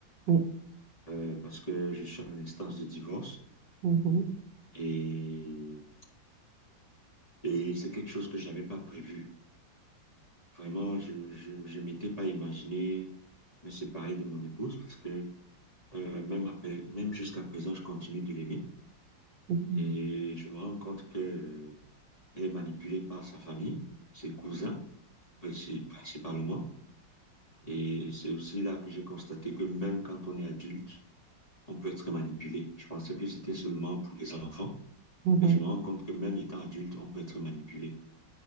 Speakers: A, on the right; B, on the left.
A: Mm,
B: euh, parce que je suis en instance de divorce
A: mhm,
B: et, et c'est quelque chose que j'avais pas prévu. Vraiment, je, je, je m'étais pas imaginé me séparer de mon épouse parce que euh, même après, même jusqu'à présent, je continue de l'aimer
A: mhm,
B: et je me rends compte que euh, elle est manipulée par sa famille, ses cousins, princi- principalement. Et c'est aussi là que j'ai constaté que même quand on est adulte, on peut être manipulé. Je pensais que c'était seulement pour les enfants,
A: mhm,
B: mais je me rends compte que même étant adulte, on peut être manipulé.